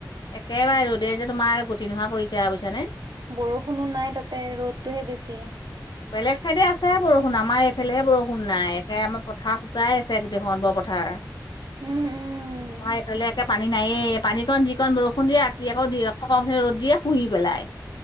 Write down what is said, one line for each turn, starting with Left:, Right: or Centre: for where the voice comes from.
Left: একেবাৰে ৰ'দ দে যে তোমাৰ গুটি নহোৱা কৰিছে আৰু বুইছানে।
Right: বৰষুণো নাই তাতে ৰ'দতটোহে বেছি।
Left: বেলেগ চাইডে আছে বৰষুণ আমাৰ এইফালেহে বৰষুণ নাই একে আমাৰ পথাৰ শুকাই আছে গোটেইখন বৰ পথাৰ।
Right: উম উম।
Left: মই এইফলে একে পানী নায়েই পানীকণ যিকণ বৰষুণ দিয়ে ৰাতি আকৌ দুই এক পৰা ৰ'দ দিয়ে শুহি পেলাই।